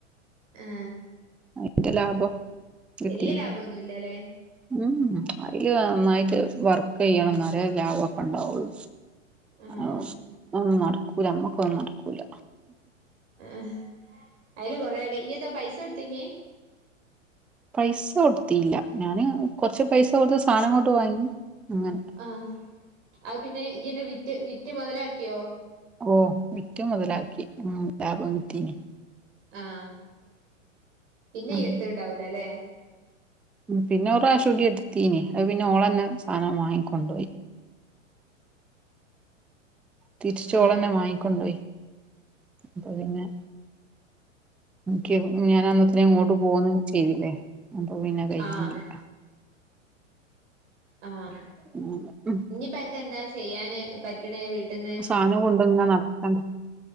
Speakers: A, on the right; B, in the centre.
A: ഹേ
B: അയിന്റെ ലാഭം കിട്ടീന്ന്
A: വല്യ ലാഭൊന്നുല്ലല്ലേ
B: ഉം ഉം അയില് നന്നായിട്ട് വർക്ക് യ്യണം ന്നാലെ ലാഭക്കെണ്ടാവുള്ളു
A: ആഹ്
B: അത്‌ന്നും നടക്കൂല നമ്മക്കൊന്നും നടക്കൂല
A: ആഹ് അയില് കൊറേണ്ട് ഇയ്യെന്താ പൈസ ട്തീൻ
B: പൈസ കൊടുത്തീല്ല ഞാന് കൊറച്ച് പൈസ കൊടുത്ത് സാധനംങ്ങോട്ട് വാങ്ങി അങ്ങനെ
A: ആഹ് അത് പിന്നെ ഇയ്യെന്നെ വിറ്റ് വിറ്റ് മൊതലാക്കിയോ
B: കോ വിറ്റു മൊതലാക്കി ഉം ലാഭം കിട്ടീന്
A: ആഹ് പിന്നെ
B: ഉം
A: ട്ത്ത്ണ്ടാവൂലല്ലേ
B: പിന്നെ ഒരു പ്രാവഷ്യുടി എടുത്തീന് അത് പിന്നെ ഓളന്നെ സാധനം വാങ്ങിക്കൊണ്ടോയി തിരിച്ചോളന്നെ
A: ആഹ്
B: വാങ്ങിക്കൊണ്ടോയി പ്പൊ പിന്നെ ക്ക് ഞാൻ അന്നത്തെ ഇങ്ങോട്ട് പോന്നും ചെയ്തില്ലേ അപ്പൊ പിന്നെ കഴഞ്ഞില്ല
A: ആഹ് ആഹ്
B: ഉം ഉം
A: ഇനിയിപ്പ ന്ക്ക് ന്താ ചെയ്യാന് പറ്റണേ വീട്ടിൽന്ന്
B: അത്‌ കൊണ്ട ങ്ങന നടക്കണ്ടെ